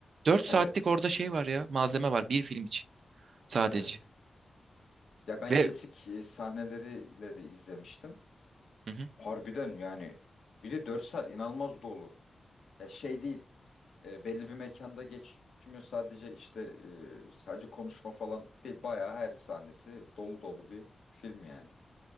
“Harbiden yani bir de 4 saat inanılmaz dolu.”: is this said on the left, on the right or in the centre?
Left